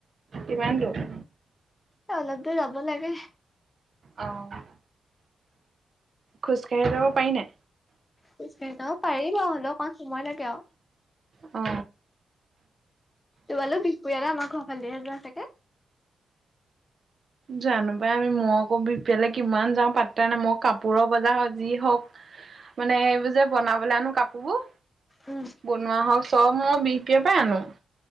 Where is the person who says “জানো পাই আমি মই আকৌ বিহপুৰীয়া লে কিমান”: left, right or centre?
Right